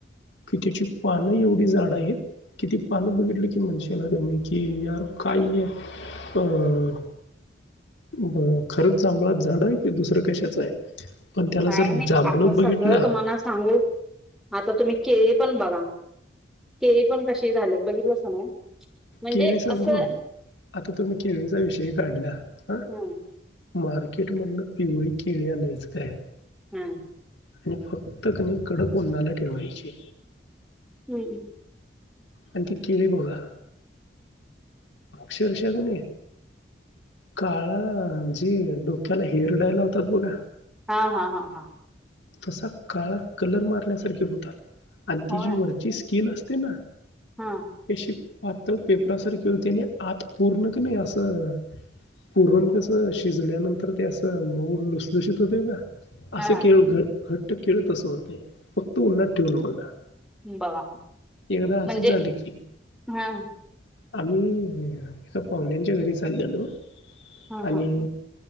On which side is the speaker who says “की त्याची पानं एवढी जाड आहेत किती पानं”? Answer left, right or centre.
Left